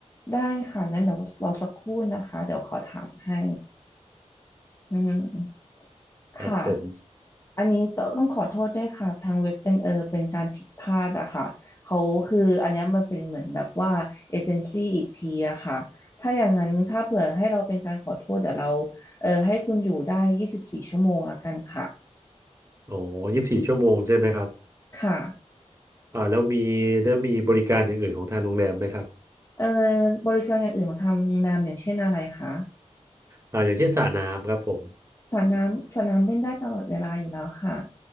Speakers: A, on the left; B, on the right.
A: ได้ค่ะงั้นเดี๋ยวรอสักครู่นะคะเดี๋ยวขอถามให้อืม
B: ครับผม
A: ค่ะอันนี้ต้องขอโทษด้วยค่ะทางเว็บเป็นเออเป็นการผิดพลาดอะค่ะเขาคืออันเนี้ยมันเป็นเหมือนแบบว่าเอเจนซี่อีกทีอะค่ะถ้าอย่างนั้นถ้าเผื่อให้เราเป็นการขอโทษเดี๋ยวเราเออให้คุณอยู่ได้ยี่สิบสี่ชั่วโมงละกันค่ะ
B: อ๋อยี่สิบสี่ชั่วโมงใช่ไหมครับ
A: ค่ะ
B: อ่าแล้วมีแล้วมีบริการอย่างอื่นของทางโรงแรมไหมครับ
A: เออบริการอย่างอื่นของทางโรงแรมอย่างเช่นอะไรคะ
B: อ่าอย่างเช่นสระน้ำครับผม
A: สระน้ำสระน้ำเล่นได้ตลอดเวลาอยู่แล้วค่ะ